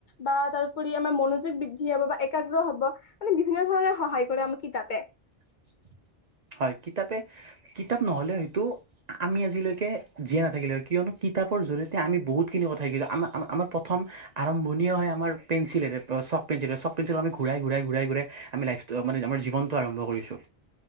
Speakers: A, on the left; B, on the right.
A: বা তাৰউপৰি আমাৰ মনোযোগ বৃদ্ধি হ'ব বা একা <unintelligible> হব মানে বিভিন্ন ধৰণৰ সহায় কৰে আমাক কিতাপে।
B: <unintelligible> হয় কিতাপে কিতাপ নহলে হয়তো আমি আজিলৈকে জীয়াই নাথাকিলো হয় কিয়নো কি কিতাপৰ জৰিয়তে আমি বহুতখিনি কথা শিকিছোঁ আমা-আমা-আমাৰ প্ৰথম আৰম্ভণি হয় আমাৰ পেঞ্চিলেৰে অ, চ'ক পেঞ্চিলেৰে চক পেঞ্চিল আমি ঘূৰাই- ঘূৰাই - ঘূৰাই - ঘূৰাই আমি লাইফটো মানে আমাৰ জীৱনটো আৰম্ভ কৰিছোঁ।